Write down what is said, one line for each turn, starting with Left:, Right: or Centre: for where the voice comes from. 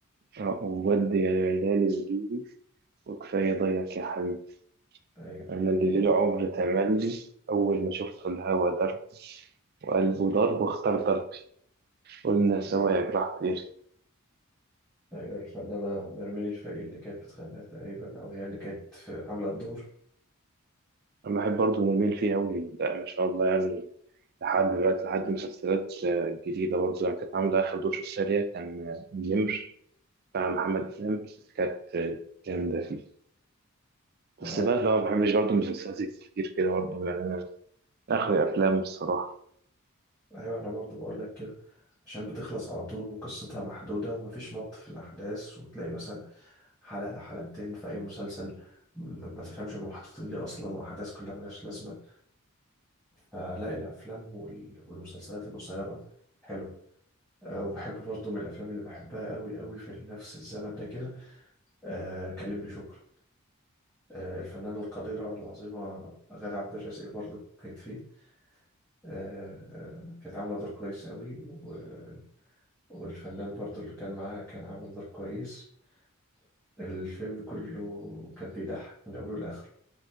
Right: آه، وودي يا هلال الليلي وكفاية ضيق يا حبيبي
Centre: ايوه
Right: أنا اللي ليل
Centre: أوه.
Right: عمر تملي أول ما شفت الهوا ده وقلبه ضرب واختار ضربي قلنا سوا
Centre: ايوه
Right: يا جراح طير
Centre: ايوه الفنانة نرمين الفقي اللي كانت بتغنيها تقريبا او هي اللي كانت في- عاملة الدور
Right: أنا بحب برضه نميل فيه أوي لا ما شاء الله يعني لحد دلوقتي لحد مسلسلات آه، جديدة برضه يعني كانت عاملة آخر دوشة السريع كان آه، النمر بتاع محمد إمام كانت آه، جامدة فيه
Centre: اه
Right: بس بقى اللي هو ما بحبش برضه المسلسلات كتير كده برضه يعني أنا آخر أفلام الصراحة
Centre: ايوه انا برضو بقول لك كده عشان بتخلص على طول وقصتها محدودة ومفيش مط في الاحداث وتلاقي مثلا حلقة حلقتين في اي مسلسل ما ما تفهمش هم محطوطين ليه اصلا واحداث كلها ملهاش لازمة فلاقي الافلام وال- والمسلسلات القصيرة حلو آه، وبحب برضو من الافلام اللي بحبها قوي قوي في نفس الزمن ده كده آه، كلمني شكرا آه، الفنانة القديرة العظيمة غادة عبد الرازق برضو كانت فيه آه، آه، كانت عاملة دور كويس قوي و- والفنان برضو اللي كان معاها كان عامل دور كويس الفيلم كله كان بيضحك من أوله لآخره